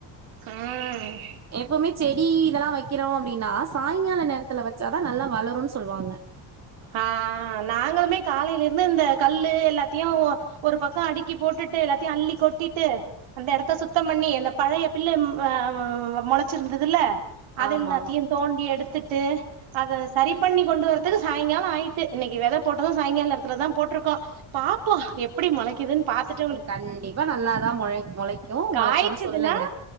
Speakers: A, on the right (about 70°); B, on the right (about 30°).
A: ம்
B: எப்போமே செடி இதெல்லா வைக்கிறோ அப்டின்னா சாயங்கால நேர த்துல வச்சாதா நல்லா வளருன் சொல்லுவாங்க
A: ஆ நாங்களுமே காலைல இருந்து இந்த கல்லு எல்லாத் தியு ஒ ஒரு பக்கோ அடுக்கி போட்டுட்டு எல்லாத்தையு அள்ளி கொட்டிட்டு அந்த இடத்த சுத்தம் பண்ணி அந்த பழைய பிள்ளு அ மொளச்சிருந்ததுல அது
B: ஆமா
A: எல்லாத்தையு தோண்டி எடுத்துட்டு அத சரி பண்ணி கொண்டு வர ட்டுது சாய்ங்கால ஆயிட்டு இன்னைக்கி வெத போட்டது சாயங்கால நேரத்துல தா போட்ருக்கோ பா ப்போஎப்டி மொளைக்குதுன் பாத்துட்
B: ம் கண்டிப்பா நல்லாதா மொளை மொளைக்கு
A: காய்ச்சதுன்னா
B: மொளைச்சோனே சொல்லுங்க